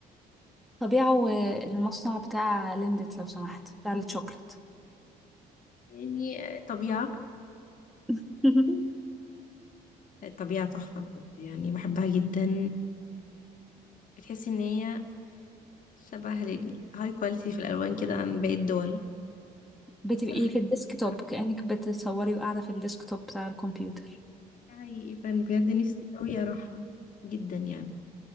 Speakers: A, in the centre; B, on the left.
A: طبيعة والمصنع بتاع ليندت لو سمحت بتاع الشوكليت
B: يعني طبيعه
A: <laughs>
B: الطبيعه تحفه بجد يعني بحبها جدا بتحس ان هي شبه هاي كواليتي في الالوان كده عن باقي الدول
A: بتبقي
B: فالصراحه
A: في
B: نفسي
A: الديسكتوب
B: أروحها.
A: كأنك بتصوري وقاعدة في الديسكتوب بتاع الكمبيوتر
B: حقيقي فأنا بجد نفسي قوي اروحها جدا يعني